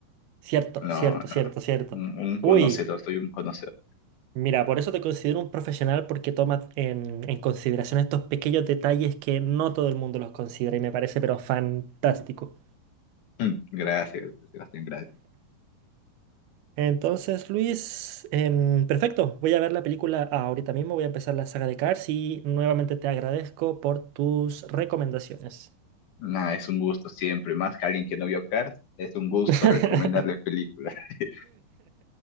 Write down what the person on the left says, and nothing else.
No,
no.
Un, un
conocedor, soy un conocedor.
Mm, Gracias, Sebastián, gracias.
Nada, es un gusto siempre, más que alguien que no vio Cars, es un gusto
recomendarle películas. <laughs>